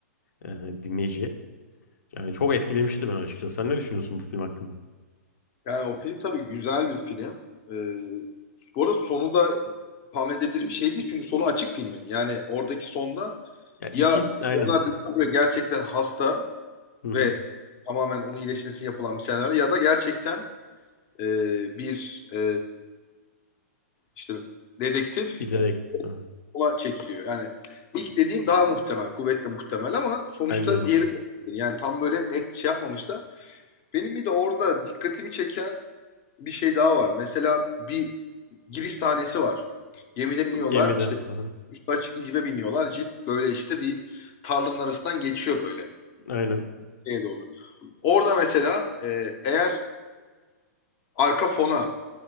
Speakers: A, on the left; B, on the left.
A: e, dinleyiciye. Yani çok etkilemişti beni açıkçası. Sen ne düşünüyorsun bu film hakkında?
B: Yani o film tabii güzel bir film. Ee, bu arada sonu da tahmin edebilir bir şey değil çünkü sonu açık filmin. Yani oradaki sonda
A: Ya
B: ya
A: iki aynen.
B: ona DiCaprio gerçekten hasta
A: Hı
B: ve
A: hı.
B: tamamen onun iyileşmesi yapılan bir senaryo ya da gerçekten e, bir e, işte dedektif
A: Bir dedektif. Hı hı.
B: ona çekiliyor. Yani ilk dediğim daha muhtemel, kuvvetle muhtemel ama sonuçta
A: Bence de.
B: diğeri de olabilir. yani tam böyle net şey yapmamışlar. Benim bir de orada dikkatimi çeken bir şey daha var. Mesela bir giriş sahnesi var. Gemiden iniyorlar.
A: Gemide.
B: İşte
A: Hı hı.
B: üstü açık bir cipe biniyorlar. Cip böyle işte bir tarlanın arasından geçiyor böyle
A: Aynen.
B: şeye doğru. Orada mesela e, eğer arka fona